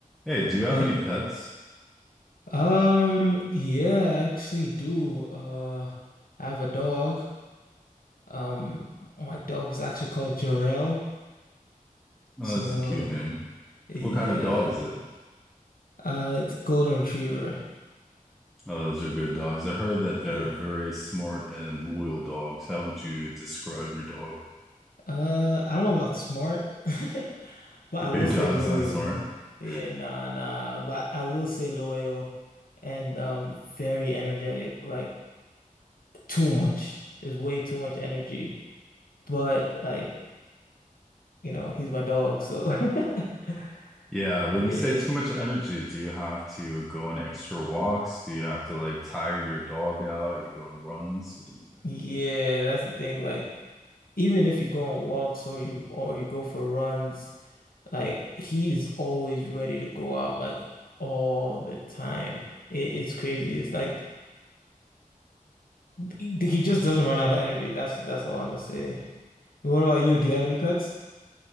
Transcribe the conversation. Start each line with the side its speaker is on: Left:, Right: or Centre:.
Centre: Hey, do you have
Left: Eh,
Centre: any pets?
Left: um, yeah, I actually do. Uh, I have a dog. Um, my dog's actually called Jorel.
Centre: Oh,
Left: So,
Centre: that's a cute name.
Left: yeah.
Centre: What kind of dog is it?
Left: Uh, it's a golden retriever.
Centre: Oh, those are good dogs. I heard that
Left: Yeah.
Centre: they're very smart and loyal dogs. How would you describe your dog?
Left: Uh, I don't know about smart, <laughs> but I
Centre: <laughs>
Left: will
Centre: Your dog's
Left: say loyal.
Centre: not smart. <laughs>
Left: Yeah, nah, nah, but I will say loyal and um very energetic. Like too much. There's way too much energy. But like, you know, he's my dog, so <laughs>
Centre: Yeah, when
Left: Yeah.
Centre: you say too much energy, do you have to go on extra walks? Do you have to like tire your dog out? You go on runs? What do you do?
Left: Yeah, that's the thing. Like, even if you go on walks or you or you go for runs, like he is always ready to go out like all the time. It, it's crazy. It's like he he just doesn't run out of energy. That's that's all I'm gonna say. What about you? Do you have any pets?